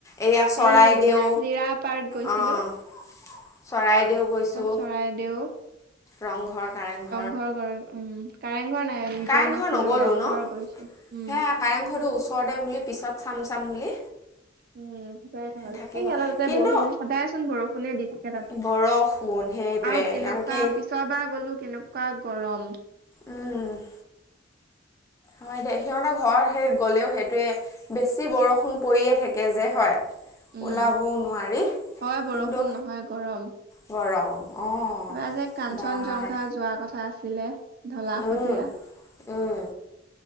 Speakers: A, on the left (about 15°); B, on the right (about 50°).
A: এয়া চৰাইদেউ
B: এই নাজিৰা পাৰ্ক গৈছিলোঁ।
A: অঁ চৰাইদেউ গৈছো,
B: চৰাইদেউ
A: ৰংঘৰ, কাৰেং ঘৰ
B: ঘৰ ঘৰ উম কাৰেং ঘৰ নাই
A: কাৰেংঘৰ
B: যোৱা নাছিলো
A: নগ'লোঁ
B: ৰংঘৰ
A: ন
B: গৈছো উম।
A: সেয়া কাৰেংঘৰটো ওচৰতে বুলি পিছত চাম চাম বুলি।
B: উম যাই নহ'ল
A: থাকি
B: এই
A: গ'ল
B: খেল তাতে
A: কিন্তু
B: বৰষুণ সদায়চোন বৰষুণে দি থাকে তাতে।
A: বৰষুণ সেইটোৱে
B: আৰু কেনেকুৱা
A: কাৰণ কি
B: পিছৰবাৰ গলো কেনেকুৱা গৰম।
A: উম হয় দে সিহঁতক ঘৰ সেই গ'লেও সেইটোৱে বেছি বৰষুণ পৰিয়ে থাকে যে হয়।
B: উম
A: ওলাবও নোৱাৰি
B: হয় বৰষুণ
A: কিন্তু
B: নহয় গৰম।
A: গৰম অঁ
B: এইবাৰ যে কাঞ্চন
A: বাই
B: জংঘা যোৱাৰ কথা আছিলে ঢলা-শদিয়া।
A: উম উম।